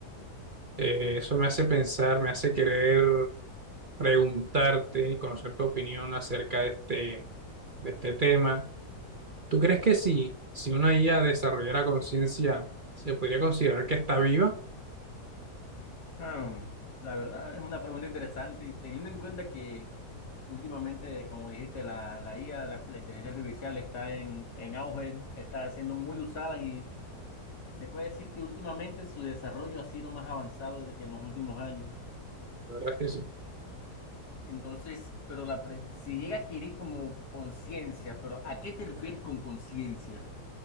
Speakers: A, on the right; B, on the left.
A: Eh, eso me hace pensar, me hace querer preguntarte y conocer tu opinión acerca de este, de este tema. ¿Tú crees que si, si una IA desarrollara conciencia, se podría considerar que está viva?
B: Ah, la verdad es una pregunta interesante y teniendo en cuenta que últimamente, como dijiste, la, la IA, la, la inteligencia artificial está en, en auge, está siendo muy usada y se puede decir que últimamente su desarrollo ha sido más avanzado de que en los últimos años.
A: La verdad es que sí.
B: Entonces, pero la pre- si llega a adquirir como conciencia, pero ¿a qué te refieres con conciencia?